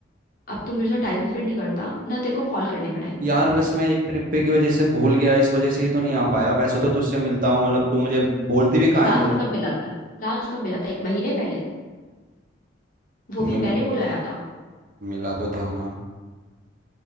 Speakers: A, on the left; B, on the right.
A: अब तू मेरे साथ टाइम स्पेंड नहीं करता ना तेरे को कॉल करने का टाइम मिलता
B: यार
A: है
B: बस मैं एक ट्रिप पे की वजह से भूल गया इस वजह से ही तो नहीं आ पाया वैसे तो तुझसे मिलता हूँ मतलब तू मुझे बोलती भी कहाँ
A: लास्ट
B: है मतलब
A: कब मिला था लास्ट कब मिला था एक महीने पहले वो
B: मिल
A: भी मैंने बुलाया था
B: मिला तो था ना